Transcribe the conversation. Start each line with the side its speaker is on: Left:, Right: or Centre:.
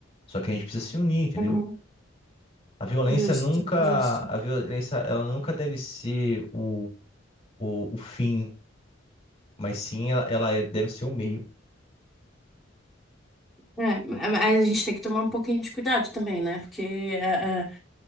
Left: Só que a gente precisa se unir, entendeu?
Centre: Uhum.
Left: A violência
Centre: Justo,
Left: nunca,
Centre: justo.
Left: a violência, ela nunca deve ser o, o, o fim, mas sim ela, ela é- deve ser o meio.
Centre: É, mas a gente tem que tomar um pouquinho de cuidado também, né? Porque é, é,